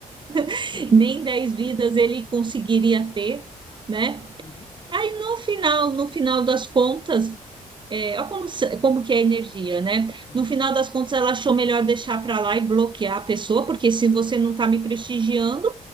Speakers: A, on the right; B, on the left.
A: <laughs>
B: <laughs>
A: nem 10 vidas ele conseguiria ter, né?
B: Uhum,
A: Aí no final, no final das contas, é, olha como, se- como que é a energia, né?
B: uhum,
A: No final das contas, ela achou melhor deixar para lá e bloquear a pessoa, porque se você não está me prestigiando,